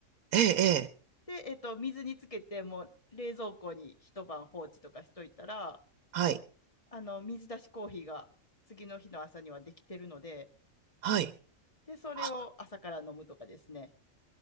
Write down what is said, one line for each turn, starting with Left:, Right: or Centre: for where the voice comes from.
Right: ええ、ええ、
Left: で、えっと、水につけて、もう冷蔵庫に一晩放置とかしといたら、
Right: はい、
Left: あの、水出しコーヒーが次の日の朝にはできてるので、
Right: はい。
Left: で、それを朝から飲むとかですね。
Right: あ、